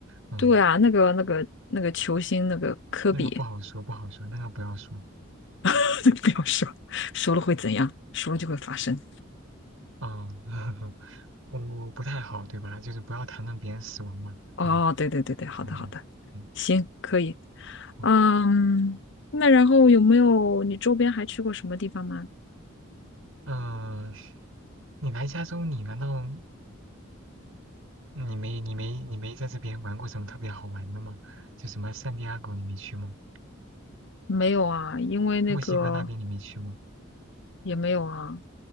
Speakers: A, on the right; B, on the left.
A: 嗯，
B: 对啊，那个那个那个球星那个科比，
A: 那个不好说，不好说，那个不要说。
B: <laughs> 不要说，说了会怎样？说了就会发生。
A: 啊、<laughs> 不不太好，对吧？就是不要谈论别人死亡嘛，
B: 哦，
A: 对吧？
B: 对对对对，好的好的，
A: 嗯嗯嗯，
B: 行，可以。
A: 哦，
B: 嗯，那然后有没有你周边还去过什么地方吗？
A: 嗯、你来加州，你难道你没你没你没在这边玩过什么特别好玩的吗？就什么圣地亚哥你没去吗？
B: 没有啊，因为那个
A: 墨西哥那边你没去吗？
B: 也没有啊，